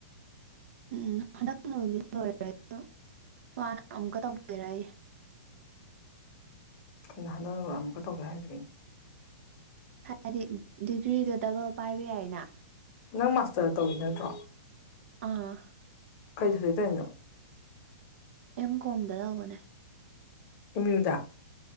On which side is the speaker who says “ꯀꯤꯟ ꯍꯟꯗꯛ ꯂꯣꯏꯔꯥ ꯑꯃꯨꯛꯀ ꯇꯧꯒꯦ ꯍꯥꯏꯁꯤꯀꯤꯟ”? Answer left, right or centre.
Left